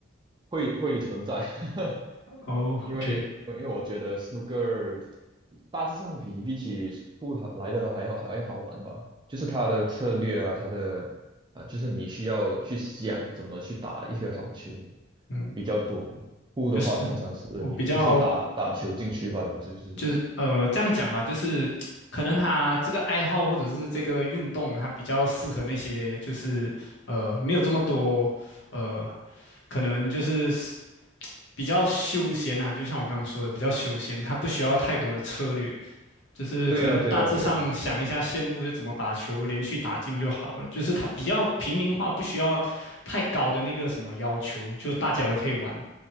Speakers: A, on the right; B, on the left.
A: 会会存在，<laughs>
B: 哦，OK，
A: 因为因为我觉得 snooker 大致上比比起扑克来的还要还要好玩吧，就是它的策略啊，它的啊，就是你需要去想怎么去打一个好球
B: 嗯，
A: 比较多嘛。扑的话，
B: 就是
A: 通常是你就是打打球进去罢了，
B: 我比较
A: 这就是
B: 就是呃这样讲吧，就是可能他这个爱好或者是这个运动，它比较适合那些就是呃没有这么多呃。可能就是比较休闲啊，就像我刚刚说的，比较休闲，它不需要太多的策略，就是可能大致上想一下线路是怎么把球连续打进就好了，
A: 对呀、对呀、对呀、
B: 就是它比较平民化，不需要太高的那个什么要求，就大家都可以玩，